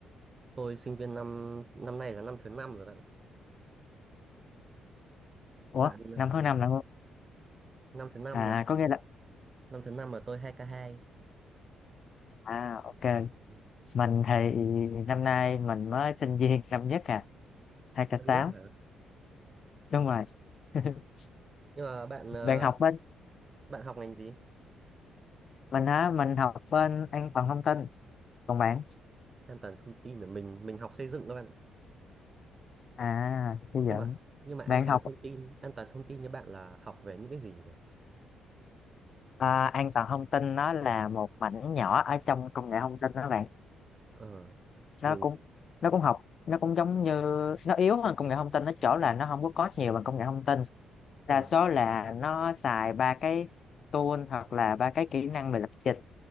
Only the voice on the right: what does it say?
Tôi sinh viên năm năm nay là năm thứ năm rồi bạn ạ.
Bạn
năm thứ năm
là
năm thứ năm mà tôi hai k hai,
Ừ,
Năm
nhất hả?
Nhưng mà bạn ờ,
bạn học ngành gì?
An toàn thông tin là mình mình học xây dựng các bạn ạ.
Nhưng mà nhưng mà an
toàn
thông tin, an toàn thông tin như bạn là học về những cái gì nhỉ?
Ờ
mình
ờ